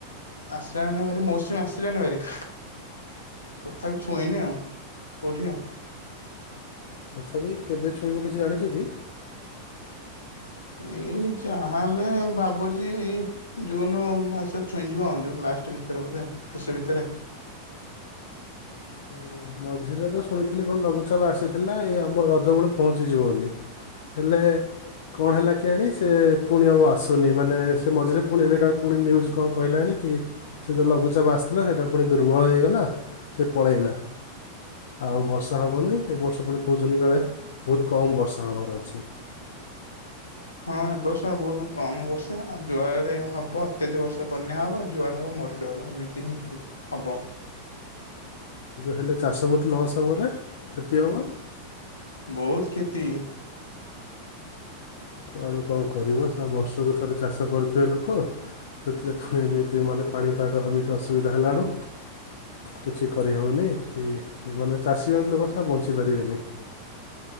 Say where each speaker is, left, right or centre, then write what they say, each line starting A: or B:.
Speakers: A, on the left; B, on the left.
A: ଆସିଲାନି ଭାରି ମୌସୁମୀ ଆସିଲାନି ଭାରି। ତଥାପି ଛୁଇଁନି ଆଉ କୋଉଠି ଆଉ।
B: ତଥାପି କେବେ ଛୁଇଁବ କିଛି ଜାଣିଛ କି?
A: ଏଇ ଯାହା ହେଲେ ଭାବୁଛି ଜୁନ ମାସ ଛୁଇଁଯିବ ଆଉ ଜୁନ ଲାଷ୍ଟ ଭିତରେ ବୋଧେ ଶେଷ ଭିତରେ।
B: ଏ ମଝିରେ ତ ଶୁଣିଥିଲି କଣ ଲଘୁଚାପ ଆସିଥିଲା ଏଇ ଆମ ରଜ ବଳ ପହଞ୍ଚିଯିବ ବୋଲି। ହେଲେ କଣ ହେଲା କିଆଣି ସେ ପୁଣି ଆଉ ଆସୁନି ମାନେ ସେ ମଝିରେ ପୁଣି ଏବେ କା ପୁଣି ନ୍ୟୁଜ୍ କଁ କହିଲାଣି କି ସେ ଯଉ ଲଘୁଚାପ ଆସିଥିଲା ସେଇଟା ପୁଣି ଦୁର୍ବଳ ହୋଇଗଲା ସେ ପଳେଇଲା। ଆଉ ବର୍ଷା ହବନି ଏ ବର୍ଷ ପୁଣି କହୁଛନ୍ତି କାଳେ ବହୁତ କମ୍ ବର୍ଷା ହେବାର ଅଛି।
A: ହଁ ଏ ବର୍ଷା ବହୁତ କମ ବର୍ଷା ଆଉ ଯୁଆଡେ ହବ ଅତ୍ୟଧିଅ ବର୍ଷା ବନ୍ୟା ହବ ଆଉ ଯୁଆଡେ ହବ ମରୁ ଡି ଏମିତି ହିଁ ହବ।
B: ହେଲେ ଚାଷ ବହୁତ ଲସ୍ ହବରେ କ୍ଷତି ହବ।
A: ବହୁତୁ କ୍ଷତି।
B: କୁଆଡୁ କଁ କରିବ ସା ବର୍ଷକୁ ଥରେ ଚାଷ କରିଥିବେ ଲୋକ। ସେଥିରେ ଫୁଣି ଏମିତି ମାନେ ପାଣିପାଗ ଏମିତି ଅସୁବିଧା ହେଲାରୁ କିଛି କରିହଉନି କି ବଲେ ଚାଷୀ ହୋଇଥିଲେ ଏ ବର୍ଷ ଆଉ ବଞ୍ଚି ପାରିବେନି।